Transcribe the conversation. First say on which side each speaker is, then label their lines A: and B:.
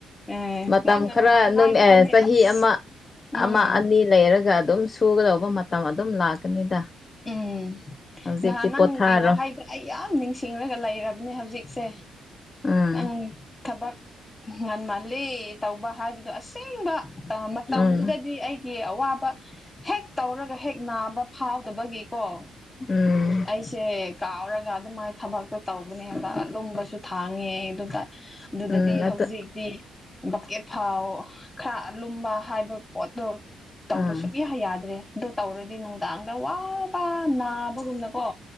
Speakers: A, on the left (about 15°); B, on the left (about 35°).
A: ꯑꯦ
B: ꯃꯇꯝ
A: ꯅꯪꯅ
B: ꯈꯔ
A: ꯅꯍꯥꯟ
B: ꯅꯨꯝ
A: ꯍꯥꯏꯕꯗꯨꯅꯦ
B: ꯑꯦ ꯆꯍꯤ
A: ꯑꯁ
B: ꯑꯃ
A: ꯎꯝ
B: ꯑꯃ ꯑꯅꯤ ꯂꯩꯔꯒ ꯑꯗꯨꯝ ꯁꯨꯒꯗꯧꯕ ꯃꯇꯝ ꯑꯗꯨꯝ ꯂꯥꯛꯀꯅꯤꯗ
A: ꯎꯝ
B: ꯍꯧꯖꯤꯛꯇꯤ
A: ꯅꯍꯥꯟ ꯅꯪꯒꯤ
B: ꯄꯣꯊꯥꯔꯣ
A: ꯋꯥꯍꯩꯗ ꯑꯩ ꯌꯥꯝ ꯅꯤꯡꯁꯤꯡꯂꯒ ꯂꯩꯔꯕꯅꯦ ꯍꯧꯖꯤꯛꯁꯦ
B: ꯎꯝ
A: ꯅꯪ ꯊꯕꯛ ꯉꯟꯃꯜꯂꯤ ꯇꯧꯕ ꯍꯥꯏꯕꯗꯣ ꯑꯁꯦꯡꯕ ꯑ ꯃꯇꯝꯗꯨꯗꯗꯤ
B: ꯎꯝ
A: ꯑꯩꯒꯤ ꯑꯋꯥꯕ ꯍꯦꯛ ꯇꯧꯔꯒ ꯍꯦꯛ ꯅꯥꯕ ꯐꯥꯎꯗꯕꯒꯤꯀꯣ
B: ꯎꯝ
A: ꯑꯩꯁꯦ ꯀꯥꯎꯔꯒ ꯑꯗꯨꯃꯥꯏ ꯊꯕꯛꯇꯣ ꯇꯧꯕꯅꯦꯕ ꯂꯨꯝꯕꯁꯨ ꯊꯥꯡꯉꯦ ꯑꯗꯨꯗ ꯑꯗꯨꯗꯗꯤ
B: ꯎꯝ ꯑꯗꯨ
A: ꯍꯧꯖꯤꯛꯇꯤ ꯕꯛꯀꯦꯠ ꯐꯥꯎ ꯈꯔ ꯂꯨꯝꯕ ꯍꯥꯏꯕ ꯄꯣꯠꯇꯣ ꯇꯧꯕ
B: ꯑꯥ
A: ꯁꯨꯡꯛꯌꯥ ꯌꯥꯗ꯭ꯔꯦ ꯑꯗꯨ ꯇꯧꯔꯗꯤ ꯅꯨꯡꯗꯥꯡꯗ ꯋꯥ ꯄꯥ ꯅꯥꯕꯒꯨꯝꯅꯀꯣ